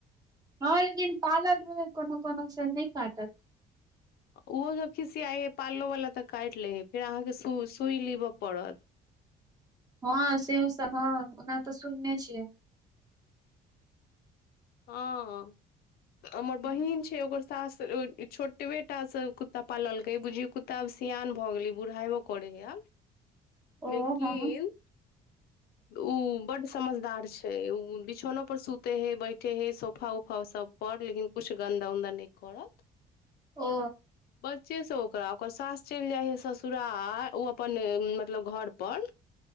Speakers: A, on the right; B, on the left.
A: हँ लेकिन पालल रहय है कोनो कोनो से नहि काटत।
B: ओहो सब खिसियाइ हे पाललो वालला तऽ काटि लै है फेर अहाँके सूइ लेबऽ पड़त।
A: हँ से हँ ओनाहितो सुनने छियै।
B: हँ हमर
A: हम्म,
B: बहिन छै ओकर सास छोटबे टा से कुत्ता पाललकय बुझीयो कुत्ता आब सियान भ गेले बुढ़ालो करय है आब
A: ओ
B: लेकिन
A: हँ
B: ओ बड समझदार छै ओ बिछौनो पर सुते हय बैठे हय सोफा उफा सब पर लेकिन किछु गन्दा उन्दा नहि करत।
A: ओ।
B: से सब ओकरा ओकर सास चलि जाइ हइ ससुरा ओ अपन मतलब घर पर